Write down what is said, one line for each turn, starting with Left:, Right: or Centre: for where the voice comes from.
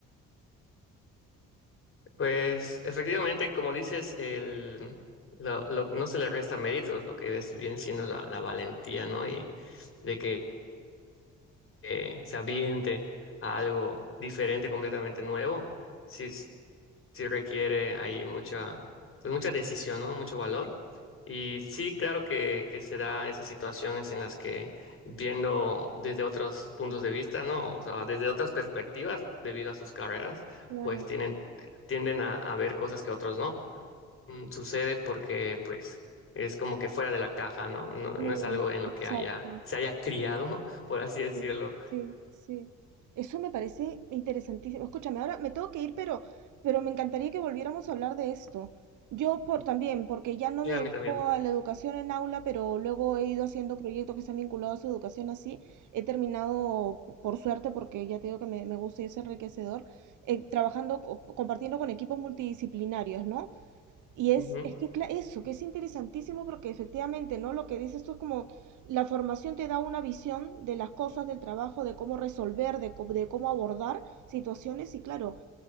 Left: Pues efectivamente, como dices, el, lo- lo- no se le resta méritos, lo que es, viene siendo la, la valentía, ¿no? Y de que eh, se aviente a algo diferente, completamente nuevo, sí, sí requiere ahí mucha, pues mucha decisión, ¿no? Mucho valor. Y sí, claro que, que se da esas situaciones en las que viendo desde otros puntos de vista, ¿no? O sea, desde otras perspectivas, debido a sus carreras,
Right: Claro.
Left: pues tienen, tienden a, a ver cosas que otros no. Mm, Sucede porque, pues, es como que fuera de la caja, ¿no? No, no
Right: Mm,
Left: es algo en lo
Right: exacto.
Left: que haya, se haya criado, <laughs> por así decirlo.
Right: Mm, Sí, sí. Eso me parece interesantísimo. Escúchame, ahora me tengo que ir, pero, pero me encantaría que volviéramos a hablar de esto. Yo por también, porque ya no
Left: Y
Right: me
Left: a
Right: dedico
Left: mí también.
Right: a la educación en aula, pero luego he ido haciendo proyectos que se han vinculado a su educación así. He terminado, p- por suerte, porque ya te digo que me, me gusta y es enriquecedor, eh, trabajando, co- compartiendo con equipos multidisciplinarios, ¿no? Y es,
Left: Ujú.
Right: es que cla- eso, que es interesantísimo porque efectivamente, ¿no? Lo que dices tú es como la formación te da una visión de las cosas, del trabajo, de cómo resolver, de, co- de cómo abordar situaciones y claro,